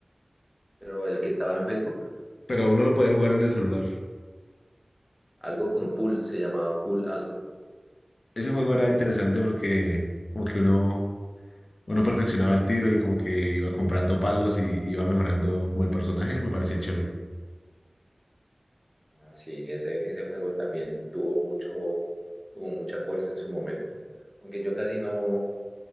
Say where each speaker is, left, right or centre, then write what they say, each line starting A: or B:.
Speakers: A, in the centre; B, on the left.
A: pero el que estaba en Facebook,
B: Pero uno lo podía jugar en el celular.
A: algo con pool, se llamaba pool algo.
B: Ese juego era interesante porque como que uno, uno perfeccionaba el tiro y como que iba comprando palos y iba mejorando como el personaje, me parecía chévere.
A: Ah, sí, ese, ese juego también tuvo mucho, como mucha fuerza en su momento. Aunque yo casi no,